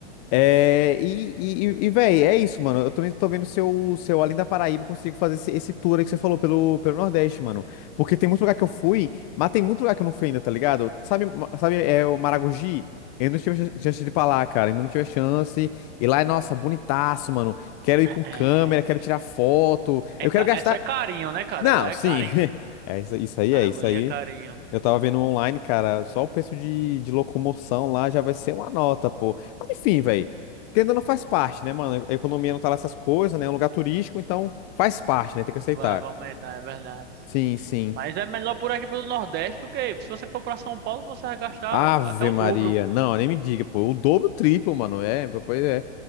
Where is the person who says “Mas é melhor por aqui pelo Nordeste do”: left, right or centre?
Right